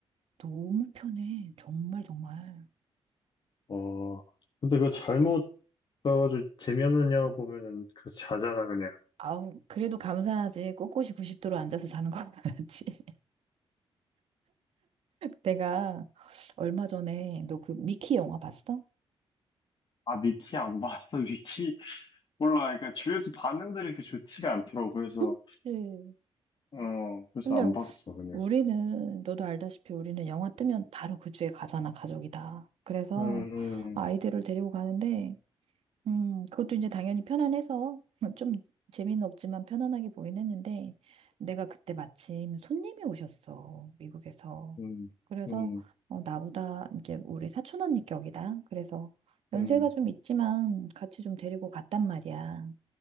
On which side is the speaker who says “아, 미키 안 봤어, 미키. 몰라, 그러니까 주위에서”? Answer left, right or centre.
Left